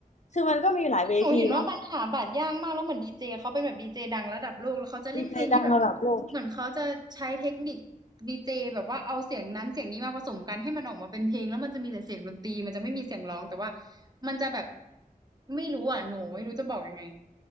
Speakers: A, on the left; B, on the right.
A: คือมันก็มีหลายเวทีเนาะ
B: คือหนูเห็นว่ามันหาบัตรยากมากแล้วเหมือนดีเจเขาเป็นแบบดีเจดังระดับโลกแล้วเขาจะเล่นเพลงที่แบบ
A: มีใครดังระดับโลก
B: เหมือนเขาจะใช้เทคนิคดีเจแบบว่าเอาเสียงนั้นเสียงนี้มาผสมกันให้มันออกมาเป็นเพลงแล้วมันจะมีแต่เสียงดนตรีมันจะไม่มีเสียงร้องแต่ว่ามันจะแบบไม่รู้อ่ะหนูไม่รู้จะบอกยังไง